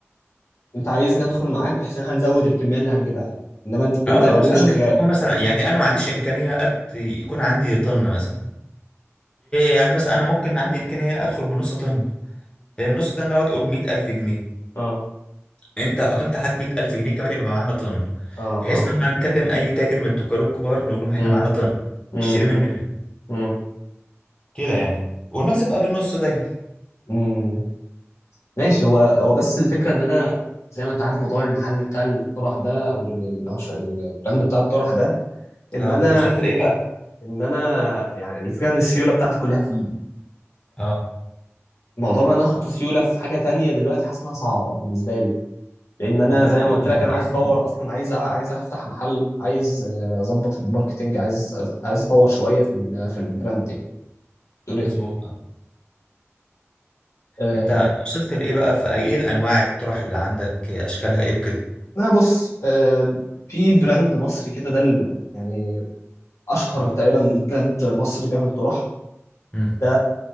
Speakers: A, on the left; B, on the left.
A: انت عايزني ادخل معاك بحيث ان احنا هنزود الكمية اللي هنجيبها يعني انما انت انت
B: اه
A: اوريدي
B: يعني مثلا
A: شغال
B: نكون مثلا يعني انا ما عنديش امكانية أت يكون عندي طن مثلا يعني مثلا انا ممكن عندي امكانية ادخل بنص طن النص طن ده تقول 100000 جنيه
A: اه
B: انت انت هات 100000 جنيه كمان يبقى معانا طن
A: اه
B: بحيث
A: اه
B: لما نكلم اي تاجر من التجار الكبار نقول لهم احنا
A: امم
B: معانا طن
A: امم
B: اشتري مننا
A: امم
B: كده يعني والمكسب بقى بالنص دايما
A: امم ماشي هو هو بس الفكره ان انا زي ما انت عارف موضوع المحل بتاع الطرح ده او ال- ال- مش- البراند بتاع الطرح ده ان
B: اه
A: انا
B: انت وصلت لايه بقى
A: ان انا يعني الفكره ان السيوله بتاعتي كلها فيه
B: اه
A: فموضوع بقى ان انا احط سيوله في حاجه تانية دلوقتي حاسس انها صعبه بالنسبه لي لان انا
B: خد بالك
A: زي ما
B: برضه
A: قلت
B: يعني
A: لك انا عايز اطور اصلا عايز أ- عايز افتح محل عايز آه، اظبط الماركتينج عايز عايز اطور شويه في ال- في البراند يعني تقول ايه
B: مظبوط آه.
A: آه،
B: انت أنت وصلت لايه بقى في ايه الانواع الطرح اللي عندك اشكالها ايه وكده
A: لا بص آه، في براند مصري كده ده ال- يعني اشهر تقريبا براند مصري بيعمل طرح
B: امم
A: ده